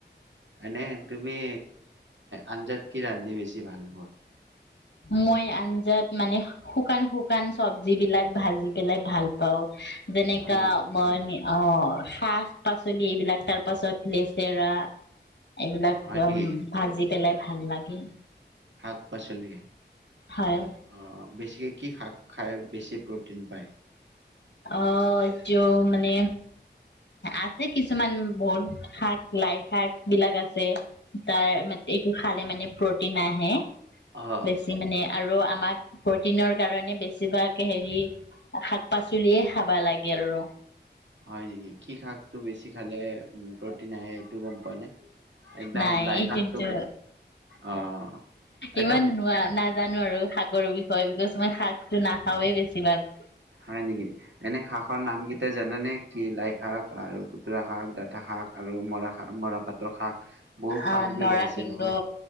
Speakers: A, on the right; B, on the left.
A: এনে তুমি। আঞ্জাত কি ৰান্ধি বেছি ভাল ব?
B: মই আঞ্জাত মানে শুকান শুকান চবজি বিলাক ভাজি পেলাই ভাল পাও। মেনেকা
A: হয় নেকি?
B: মই নে। অ শাক পাচলি এইবিলাক তাৰ পাছত লেচেৰা। এইবিলাক
A: হয় নেকি?
B: উম ভাজি পেলাই। ভাল লাগে।
A: শাক পাচলি
B: হয়
A: অ। বেছিক। কি শাক খাই বেছি। তিন পাই।
B: অ। এও মানে আছে কিছুমান বহুত শাক লাই শাক বিলাক আছে তাৰ এইটো খালে মানে প্ৰটিন আহে।
A: অ'
B: বেছি মানে আৰু। আমাক প্ৰটিনৰ কাৰণে বেছিভাগ হেৰি। শাক পাচলিয়ে খাবা লাগে। এো।
A: হয় নেকি কি খাকটো বেছি খালে উ ব্ৰত। নাই এইটো গম পোৱা নে।? একদম
B: নাই
A: লাই শাকটো
B: কিন্তু
A: অহ এটা
B: ইমান নোৱা নাজানো আৰু শাকৰ বিষয়ে বিকজ মই শাকটো নাখাওেই বেছি। কিমান।
A: হয় নেকি এনে শাকৰ নাম কেইটা জানেনে? কি লাই শাক আৰু খুতুৰা শাক ডাঠা শাক আৰু মৰা শাক মৰাপাতৰ শাক। বহু শাকবোৰ
B: অ নৰসিংহ
A: আছে নহয়